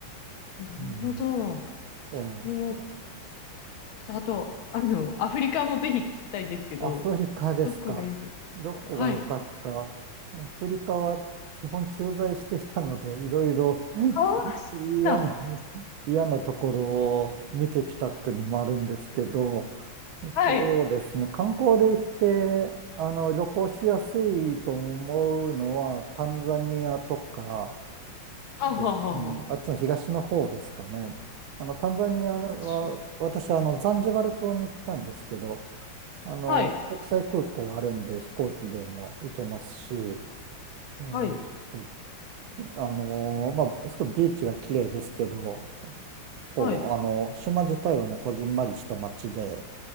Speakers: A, on the left (about 80°); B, on the right (about 80°).
A: なるほど。
B: うん。え
A: えー、
B: え
A: ちょっとあと、あの、アフリカもぜひ聞きたいんですけど、
B: アフリカですか。
A: どこが良かったですかはい。
B: どこが良かった。アフリカは基本駐在していたので、いろいろ
A: ああ、そうだ。
B: 嫌な、<laughs> 嫌なところを見てきたってのもあるんですけど、
A: はい。
B: そうですね。観光で行って、あの、旅行しやすいと思うのは、タンザニアとか
A: あははは。
B: です。うんあっちの東の方ですかね。あの、タンザニアは、
A: 行きましょう
B: 私、あの、ザンジバル島に行ったんですけど、あの、
A: はい。
B: 国際空港あるんで、飛行機でも行けますし、えーと
A: はい。
B: あのまあ、すごいビーチが綺麗ですけど、構、
A: はい。
B: あの、島自体はもうこじんまりした町で、